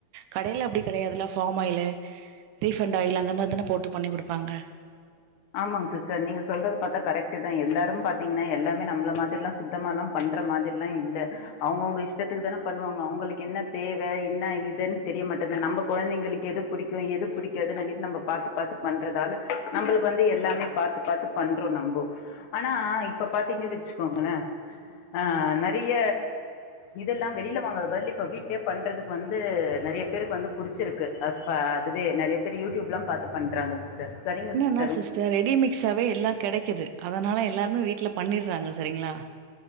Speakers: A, on the right (about 85°); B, on the left (about 75°).
A: கடைல அப்டி கெடையாதுல பார்ம் ஆயிலு ரீபண்ட் ஆயில் அந்த மாரி தான போட்டு பண்ணி குடுப்பாங்க
B: ஆமாங்க சிஸ்டர் நீங்க சொல்றது பாத்தா கரெக்ட் தா எல்லாரும் பாத்தீங்கன்னா எல்லாமே நம்மள மாதிரில்லாம் சுத் சுத்தமால்லா பண்ற மாதிரில்லா இல்ல அவங்கவுங்க இஷ்டத்துக்கு தான பண்ணுவாங்க அவங்களுக்கு என்ன தேவை என்ன இதுன்னு தெரியமாட்டேங்குது நம்ம கொழந்தைங்களுக்கு எது எது பிடிக்கு எது பிடிக்காது நம்ம பாத்து பாத்து பண்றதால நம்மளுக்கு இப்ப வந்து எல்லாமே பாத்து பாத்து பண்றோ நம்மோ ஆனா இப்ப பாத்தீங்க வச்சுக்கோங்களே ஆ நெறைய இதெல்லா வெளியில வாங்கறது பதில் இப்ப வீட்லயே பண்றதுக்கு வந்து நிறைய பேருக்கு வந்து புடிச்சிருக்கு அப்போ அதுவே நிறைய பேர் யூடியூப்லா பாத்து பண்றாங்க சிஸ்டர் சரிங்க சிஸ்
A: ஆனா சிஸ்டர் ரெடிமிக்ஸாவே எல்லா கெடைக்குது அதனால எல்லாருமே வீட்ல பண்ணிறாங்க சரிங்களா